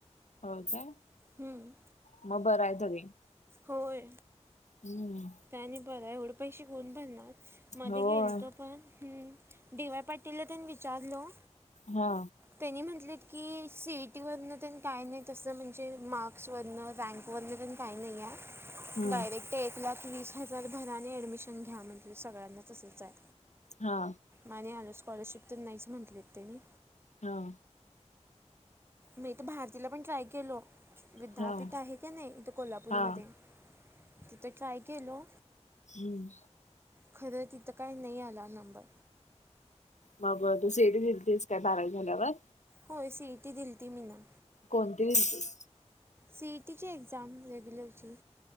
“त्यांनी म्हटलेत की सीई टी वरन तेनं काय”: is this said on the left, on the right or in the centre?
Right